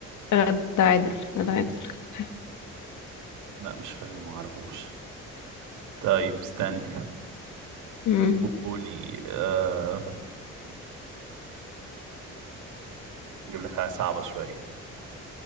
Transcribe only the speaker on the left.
غادة عادل غادة عادل كانت معاه.
مم.